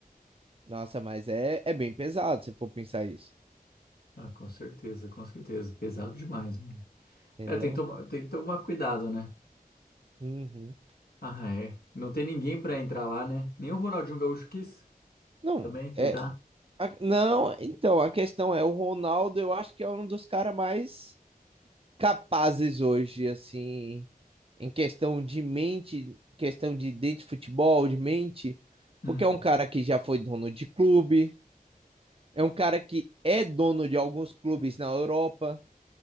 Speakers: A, on the right (about 40°); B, on the left (about 85°).
A: Nossa, mas é, é bem pesado se for pensar isso,
B: Ah, com certeza, com certeza. Pesado demais, mano.
A: entendeu?
B: É, tem que tomar, tem que tomar cuidado, né?
A: Uhum.
B: Ah, é. Não tem ninguém pra entrar lá, né? Nem o Ronaldinho Gaúcho quis
A: Não,
B: também tentar.
A: é, A- Não, então, a questão é, o Ronaldo, eu acho que é um dos caras mais capazes hoje, assim, em questão de mente, questão de dentro de futebol, de mente,
B: Hum,
A: porque é um cara que já foi dono de clube, é um cara que é dono de alguns clubes na Europa,